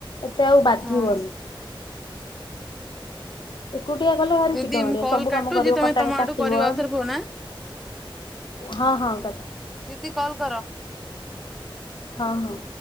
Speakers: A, on the left; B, in the centre.
A: ଏତେ ଆଉ ବାଧିବନି।
B: ହଁ।
A: ଏକୁଟିଆ କଲେ ଭାରି
B: ଦିଦି
A: ଚିଡ ମାଡ଼ିବ।
B: ମୁଁ କଲ୍
A: ସବୁ
B: କାଟୁଛି
A: କାମ କରିବ
B: ତମେ
A: କଟା
B: ତମ ଆଡୁ
A: କାଟିବ
B: କରିବ ଆଉଥରେ ଫୋନ ଆଁ
A: ହଁ ହଁ। <unintelligible>
B: ଦିଦି କଲ୍ କର।
A: ହଁ ହଁ।